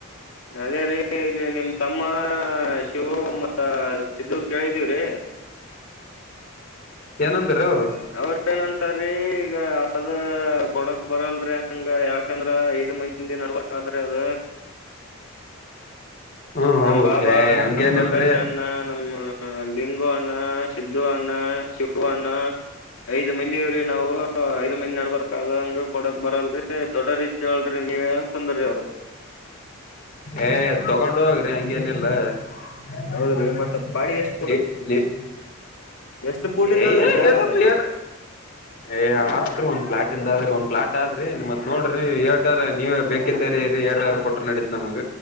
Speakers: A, on the left; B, on the left.
A: ಅದೇರೀ ಇಲ್ಲಿ ನಿಮ್ ತಮ್ಮ ಶಿವು ಮತ್ತ ಸಿದ್ದು ಕೇಳಿದೀವ್ರಿ.
B: ಏನಂದ್ರ ಅವ್ರು.
A: ಅವ್ರ ಏನಂತಾರೀ ಈಗ ಅದ. ಕೊಡಕ್ಬರಲ್ರಿ ಹಂಗ ಯಾಕಂದ್ರ ಐದ್ ಮೈಂದಿ ನಡ್ಬಾದ್ರಿ ಅದ.
B: ಹ್ಮ್ ಹೌದು
A: ನಮ್ ಬಾಬಾ
B: ಏ ಹಂಗೇನಿಲ್ರಿ
A: ನಮ್ಮ್ ಪ್ರಕಾಶ್ ಅಣ್ಣ ನಮ್ಮ ಲಿಂಗು ಅಣ್ಣ. ಸಿದ್ದು ಅಣ್ಣ ಶಿವ ಅಣ್ಣ ಐದು ಮಂದಿಅವ್ರಿ ನಾವು. ಹ ಐದು ಮಂದಿ ನಡ್ಬಬೇಕಕ್ದ ಹಂಗ ಕೊಡಕ್ ಬರಲ್ರಿ ದೊಡ್ಡ ರೀ ಕೇಳಲ್ರಿ ನೀವ ಅಂತ ಅಂದ್ರೀ ಅವರು.
B: ಏ ತಗೊಂಡ ಹೋಗ್ರಿ ಹಂಗೇನಿಲ್ಲ. <unintelligible>
A: ಹೌದ್ರಿ ಮತ್ತ ಬಾಡಿ ಎಷ್ಟ್ ಕೊಡ ಎಷ್ಟ್ ಪೂಟಿಂದ
B: ಏಯ
A: ಅದ್ರಿ ಜಾಗ
B: ಎಡುಬಿ
A: ಅದ
B: ಎಡ. ಏ್ತ ಒಂದ ಫ್ಲಾಟ್ ಇಂದ ಆದ್ರ ಒಂದ್ ಫ್ಲಾಟ್ ಆದ್ರಿ ನಿಮ್ತ್ ನೋಡ್ರಿ ರೆಟರ್ ನೀವೇ ಬೇಕಿದ್ದ್ರ ರೆಟರ್. ಕೊಟ್ರ ನಡೀತ ನಮಗ.